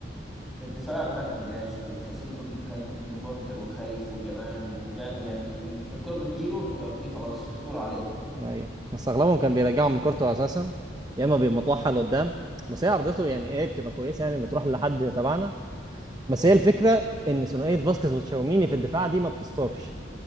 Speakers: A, in the centre; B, on the right.
A: <laughs> الدفاع بتاعنا ما جاش ما جاش فاسكيز كان كان متوتر وخايف وجبان ويعني الكرة بتجيله انت في خلاص في خطورة عليك
B: ايوه بس اغلبهم كان بيرجعوا من كورته اساسا يا اما بيمطوحها لقدام بس هي عرضته يعني ايه بتبقى كويسه يعني بتروح لحد تبعنا بس هي الفكره ان ثنائيه فاسكيز وتشاوميني في الدفاع دي ما بتسترش